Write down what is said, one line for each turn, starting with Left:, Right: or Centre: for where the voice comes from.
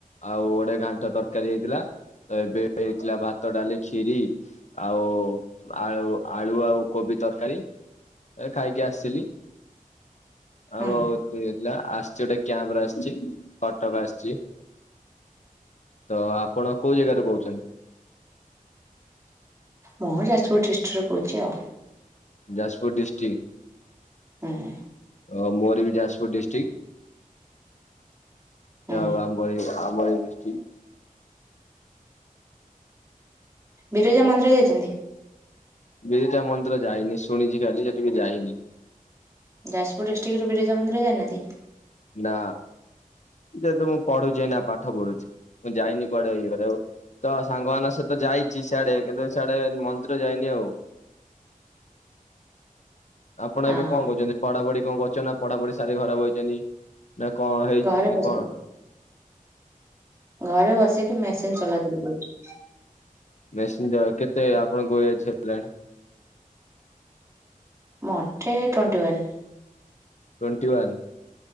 Left: ଆଉ ଗୋଟେ ଘାଣ୍ଟ ତରକାରୀ ହେଇଥିଲା ତ ଏବେ ହେଇଥିଲା ଭାତ ଡାଲି ଖିରି। ଆଉ ଆଳୁ ଆଳୁ ଆଉ କୋବି ତରକାରୀ। ଏ ଖାଇକି ଆସିଲି
Right: ହୁଁ
Left: ଆଉ ଆଉ ହେଇଥିଲା ଆସିଛି ଗୋଟେ କ୍ୟାମ୍ପରେ ଆସିଛି କଟକ ଆସିଛି। ତ ଆପଣ କୋଉ ଜାଗାରୁ ରହୁଛନ୍ତି।
Right: ମୁଁ ଯାଜପୁର ଡିଷ୍ଟ୍ରିକରୁ କହୁଛି ଆଉ।
Left: ଯାଜପୁର ଡିଷ୍ଟ୍ରିକ୍।
Right: ହଁ।
Left: ଓ ମୋର ବି ଯାଜପୁର ଡିଷ୍ଟିକ୍।
Right: ହୁଁ
Left: ଯାଅ ହୋଉ ଆମ ଭଳି ଆମରି ଡିଷ୍ଟିକ।
Right: ବିରଜା ମନ୍ଦିର ଯାଇଛନ୍ତି?
Left: ବିରଜା ମନ୍ଦିର ଯାଇନି ଶୁଣିଛି ଖାଲି ସେଠିକି ଯାଇନି।
Right: ଯାଜପୁର ଡିଷ୍ଟ୍ରିକର ବିରଜା ମନ୍ଦିର ଯାଇନାହାନ୍ତି।
Left: ନା ଯେହେତୁ ମୁଁ ପଢୁଛି ନା ପାଠ ପଢୁଛି ମୁଁ ଯାଇନି କୁଆଡେ ଇଏ କରିବାକୁ ତ ସାଙ୍ଗମାନଙ୍କ ସହିତ ଯାଇଛି ସିଆଡେ କିନ୍ତୁ ସିଆଡେ ମନ୍ଦିର ଯାଇନି ଆଉ। ଆପଣ
Right: ହଁ
Left: ଏବେ କଣ କରୁଛନ୍ତି ପଢାପଢି କଣ କରୁଛନ୍ତି ନା ପଢାପଢି ସାରି ଘରେ ବଇଛନ୍ତି? ନା କଣ ହେଇ
Right: ଘରେ ବସି
Left: ଇଏ କଣ?
Right: ଘରେ ବସିକି ମେସିନ୍ ଚଲାଚୁଲି କରୁଛି।
Left: ମେସିନ୍ ଟା କେତେ ଆପଣଙ୍କୁ ଏଜ ହେଲାଣି।
Right: ମତେ ଟ୍ୱେଣ୍ଟି ୱାନ୍।
Left: ଟ୍ୱେଣ୍ଟିୱାନ୍।